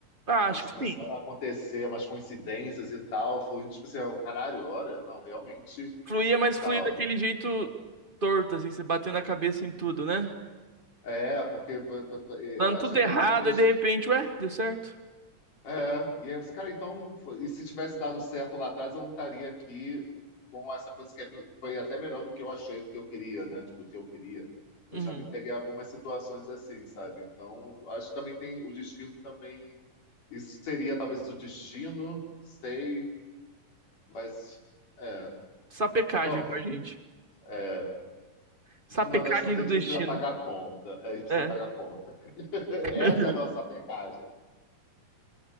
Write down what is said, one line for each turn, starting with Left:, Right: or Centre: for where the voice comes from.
Right: Ah,
Left: Coisas
Right: acho
Left: começaram
Right: que sim.
Left: a acontecer, umas coincidências e tal, fluindo, tipo assim, ah, caralho, olha, não, realmente
Right: Fluía, mas fluía
Left: tal.
Right: daquele jeito torto, assim, você batendo a cabeça em tudo, né?
Left: É, porque
Right: Dando
Left: acho
Right: tudo
Left: até
Right: errado,
Left: porque a gente
Right: e de repente, ué, deu certo.
Left: É, e aí você, cara, então, e se tivesse dado certo lá atrás, eu não estaria aqui com essa coisa que é- foi até melhor do que eu achei que eu queria, né? Tipo, do que eu queria. Eu
Right: Uhum.
Left: já me peguei em algumas situações assim, sabe? Então, acho que também tem o destino também. Isso seria talvez o destino, sei, mas é.
Right: Sapecagem
Left: Bom,
Right: pra gente.
Left: é,
Right: Sapecagem
Left: no final das contas,
Right: do
Left: a gente
Right: destino.
Left: precisa pagar a conta. é, A gente precisa
Right: É.
Left: pagar a conta. <laughs>
Right: <laughs>
Left: Essa é a nossa pecagem.